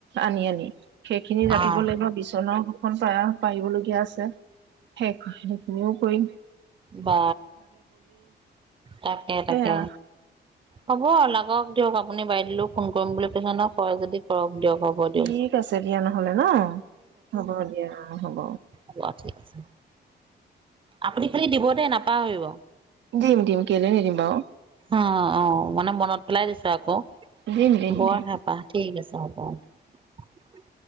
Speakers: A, on the right; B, on the right.
A: আনি আনি সেইখিনি জাপিব
B: অ'
A: লাগিব বিচন দুখন প পাৰিবলগীয়া আছে শেষ সেইবোৰ কৰি
B: বা তাকে তাকে
A: এয়া
B: হ'ব আৰু লাগক দিয়ক আপুনি বাইদিলেও ফোন কৰিম বুলি কৈছে ন হয় যদি কৰক দিয়ক হ'ব
A: ঠিক
B: দিয়ক।
A: আছে দিয়া নহলে ন হ'ব দিয়া হ'ব
B: অল ঠিক আছে আপুনি খালি দিব দে নাপাহ হৰিব
A: দিম দিম কেলে নিদিম বাৰু
B: অ অ মানে মনত পেলাই দিছো আকৌ
A: দিম দিম
B: বৰ
A: দিম
B: হেঁপাহ ঠিক আছে হ'ব